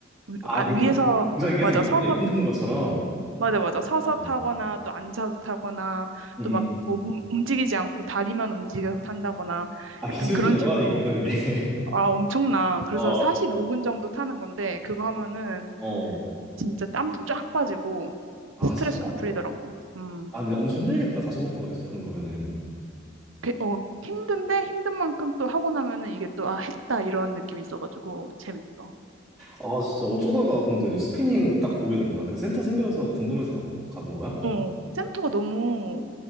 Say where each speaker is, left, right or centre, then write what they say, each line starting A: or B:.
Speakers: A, on the right; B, in the centre.
A: 위-
B: 아,
A: 아,
B: 그,
A: 위에서,
B: 툭- 동작이 계속
A: 맞아,
B: 있어.
A: 서서,
B: 춤추는
A: 타-
B: 것처럼.
A: 맞아, 맞아. 서서
B: 어.
A: 타거나 또 앉아서 타거나
B: 음,
A: 또 막
B: 음.
A: 뭐 움직이지 않고 다리만 움직여서 탄다거나
B: 아, 기술이
A: 약간 그런
B: 좀 여러
A: 식으로
B: 가지 있구나, 그게. <laughs>
A: 아, 엄청나. 그래서
B: 어.
A: 45분 정도 타는 건데, 그거 하면은
B: 어.
A: 진짜 땀도 쫙 빠지고,
B: 아
A: 스트레스도
B: 진짜?
A: 풀리더라고. 음.
B: 아 근데 엄청 힘들겠다 45분 동안 계속 타는 거면은
A: 그- 어, 힘든데, 힘든 만큼 또 하고 나면은 이게 또, 아, 했다, 이런 느낌이 있어가지고, 재밌어.
B: 아 진짜 어쩌다가 근데 스피닝 딱 보게 된 거야 그 센터 생겨서 궁금해서 가본 가본 거야?
A: 어, 센터가 너무